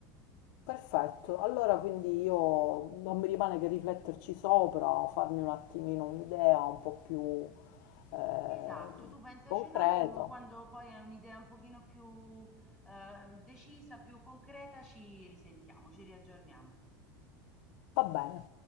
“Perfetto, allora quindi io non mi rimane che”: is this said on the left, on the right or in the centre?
Left